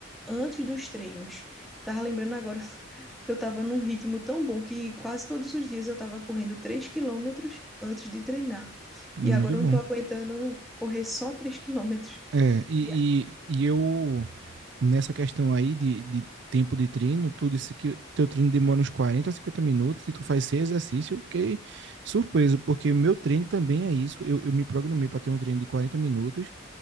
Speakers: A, in the centre; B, on the right.
A: antes dos treinos. Tava lembrando agora <laughs> que eu tava num ritmo tão bom que quase todos os dias eu tava correndo 3 quilômetros antes de treinar.
B: E
A: E
B: muito
A: agora eu
B: bom.
A: não tô aguentando correr só 3 quilômetros.
B: É, e,
A: E-
B: e, e eu, nessa questão aí de, de tempo de treino, tu disse que teu treino demora uns 40 a 50 minutos e tu faz seis exercícios, eu fiquei surpreso, porque meu treino também é isso, eu, eu me programei para ter um treino de 40 minutos